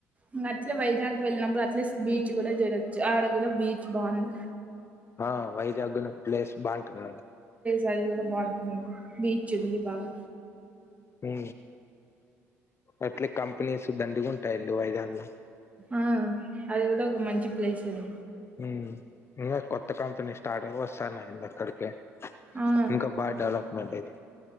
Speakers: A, on the right; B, on the left.
A: ఇంగ అట్లే వైజాగ్ వెళ్ళినప్పుడు అట్లేస్ బీచ్ గుడా జురోచ్చు ఆడ గుడా బీచ్ బాగుంది
B: ఆ వైజాగ్ గుణ ప్లేస్ బాగుంటుంది అండి
A: గది గూడ బాగుంటుంది బీచ్ ఉంది బాగా
B: ఉ అట్లే కంపెనీస్ దండి ఉంటాయి అండి వైజాగ్ లో
A: ఆ అది గుడా ఒక మంచి ప్లేస్ అది
B: మ్ ఇంగ కొత్త కంపెనీ స్టార్టప్ వొస్తనయ్ అండీ అక్కడికి
A: ఆ!
B: ఇంకా బాగా డెవలప్మెంట్ అయిత